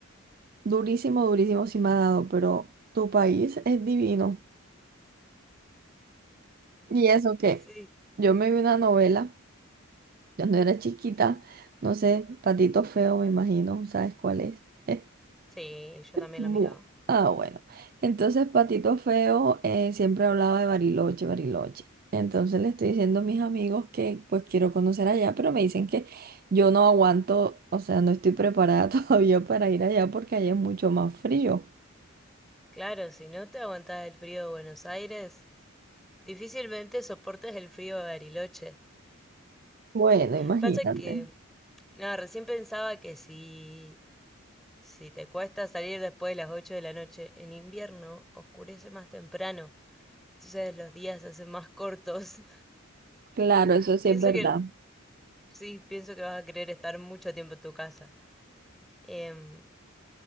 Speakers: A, on the right; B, in the centre.
A: durísimo, durísimo sí me ha dado, pero tu país es divino. Y eso que
B: sí,
A: yo me vi una novela cuando era chiquita, no sé, Patito Feo me imagino, ¿sabes cuál es? <laughs>
B: sí, yo también
A: Bu-
B: lo miraba.
A: ah, bueno. Entonces, Patito Feo eh, siempre hablaba de Bariloche, Bariloche. Entonces le estoy diciendo a mis amigos que pues quiero conocer allá, pero me dicen que yo no aguanto, o sea, no estoy preparada <laughs> todavía para ir allá porque allá es mucho más frío.
B: Claro, si no te aguantas el frío de Buenos Aires, difícilmente soportes el frío de Bariloche.
A: Bueno, imagínate.
B: Pasa que, no, recién pensaba que si, si te cuesta salir después de las 8 de la noche en invierno, oscurece más temprano, entonces los días se hacen más cortos. <laughs>
A: Claro, eso sí
B: Pienso
A: es verdad.
B: que Sí, pienso que vas a querer estar mucho tiempo en tu casa. Em,